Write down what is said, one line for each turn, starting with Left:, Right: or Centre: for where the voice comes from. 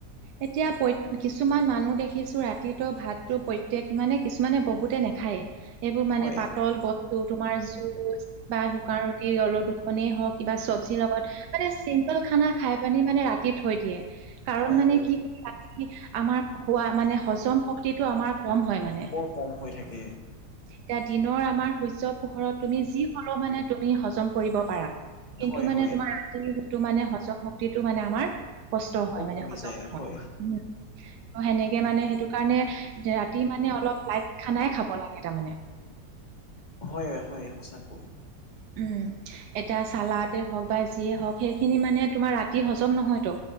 Right: এতিয়া প্ৰতে কিছুমান মানুহ দেখিছোঁ ৰাতিটো ভাতটো প্ৰত্যয়েক মানে কিছুমানে বহুতে নাখায় এইবোৰ মানে
Left: হয়
Right: পাতল বস্তু তোমাৰ জুচ বা শুকান ৰুটি অলপ দুখনেই হওঁক কিবা চব্জিৰ লগত মানে চিম্পল খানা খাই পানি মানে ৰাতি থৈ দিয়ে। কাৰণ
Left: হয়
Right: মানে
Left: হয়
Right: কি ৰাতি আমাৰ খোৱা মানে হজম শক্তিটো আমাৰ কম হয় মানে।
Left: বৰ কম হৈ থাকে
Right: এতিয়া দিনৰ আমাৰ সূৰ্য পোহৰত তুমি যি হলেও মানে তুমি হজম কৰিব পাৰা কিন্তু
Left: হয়
Right: মানে
Left: হয়
Right: তোমাৰ ৰাতিযোনটো মানে হজম শক্তিটো মানে আমাৰ কষ্ট হয়
Left: বৰ
Right: মানে
Left: কমি
Right: হজম
Left: যায়
Right: নহয়।
Left: হয়
Right: ত সেনেকে মানে সেইটো কাৰণে ৰাতি মানে অলপ লাইট খানাই খাব লাগে তাৰমানে।
Left: হয়, হয় সঁচাকৈ।
Right: উম। এটা চালাতে হওক বা যিয়ে হওক সেইখিনি মানে তোমাৰ ৰাতি হজম নহয়তো।